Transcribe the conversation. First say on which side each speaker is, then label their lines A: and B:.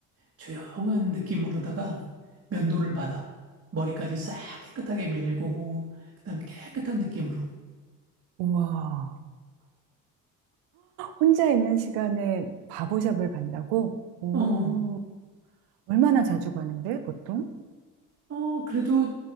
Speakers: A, on the right; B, on the right.
A: 조용한 느낌으로다가 면도를 받아. 머리까지 싹 깨끗하게 밀고 그다음에 깨끗한 느낌으로.
B: 우와. 혼자 있는 시간에 바보샵을 간다고? 오,
A: 어. 어.
B: 얼마나 자주 가는데, 보통?
A: 어, 그래도